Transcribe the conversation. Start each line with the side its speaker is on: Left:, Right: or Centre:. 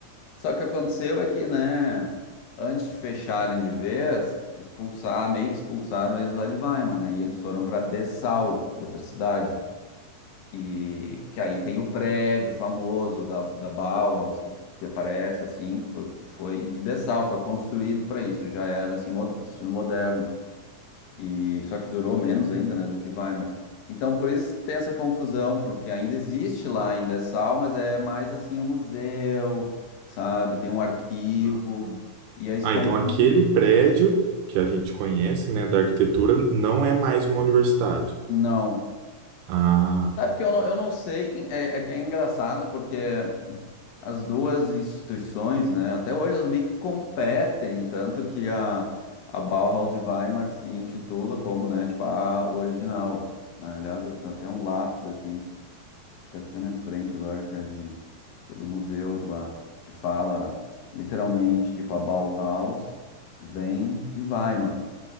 Left: Só que o que aconteceu é que, né, antes de fecharem de vez, expulsar, meio que expulsaram eles lá de Weimar, né? E eles foram para Dessau, outra cidade. E que aí tem o prédio famoso da, da Bauhaus que, que aparece, assim, que foi, foi de Dessau, foi construído para isso, já era, assim, mo- estilo moderno. E só que durou menos ainda, né, do que Weimar. Então, por isso que tem essa confusão, porque ainda existe lá, ainda é sal, mas é mais assim um museu, sabe? Tem um arquivo,
Right: Ah,
Left: e aí se
Right: Ah,
Left: confunde.
Right: então aquele prédio que a gente conhece, né, da arquitetura, não é mais uma universidade.
Left: Não.
Right: Ah,
Left: Sabe que eu não, eu não sei, em- é, é que é engraçado, porque as duas instituições, né, até hoje elas meio que competem, tanto que a, a Bauhaus de Weimar se intitula como, né, tipo, a original. né? Aliás, eu tenho até um lápis aqui. que tá aqui na minha frente agora, que é de, que é do museu de lá, que fala literalmente, tipo, a Bauhaus vem de Weimar.